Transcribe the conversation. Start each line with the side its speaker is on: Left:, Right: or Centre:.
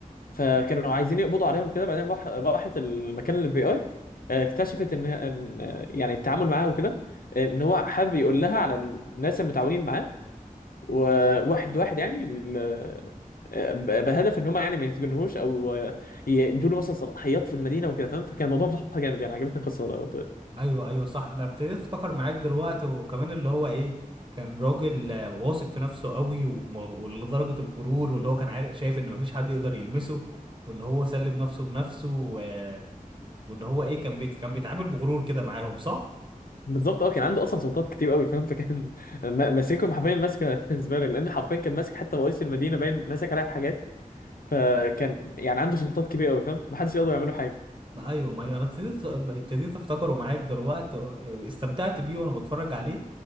Left: فكانوا عايزين يقبضوا عليها وكده بعدين راح راحت المكان الاف بي اي اكتشفت ان ان آه، يعني التعامل معاها وكده ان هو حابب يقول لها على الناس المتعاونين معاه وواحد واحد يعني ال- ب- بهدف ان هم يعني ما يتجنهوش او يدوا له مثلا صلاحيات في المدينه وكده فاهم فكان الموضوع بصراحه جامد يعني عجبتني القصه لغاية دلوقتي
Right: ايوه ايوه صح انا ابتديت افتكر معاك دلوقتي وكمان اللي هو ايه كان راجل آه، واثق في نفسه قوي ومغ... ولدرجة الغرور واللي هو كان عارف شايف ان مفيش حد يقدر يلمسه وان هو سلم نفسه بنفسه و... وان هو ايه كان بيت كان بيتعامل بغرور كده معاهم صح
Left: بالظبط اه كان عنده اصلا سلطات كتير قوي فاهم فكان <laughs> ما- ماسكهم حرفيا ماسكه <laughs> زباله لان حرفيا كان ماسك حتى رئيس المدينه باين ماسك عليها حاجات فكان يعني عنده سلطات كبيره قوي فاهم ما حدش يقدر يعمل له حاجه
Right: ما ايوه ما ايوه انا ابتديت ابتديت افتكره معاك دلوقتي استمتعت بيه وانا بتفرج عليه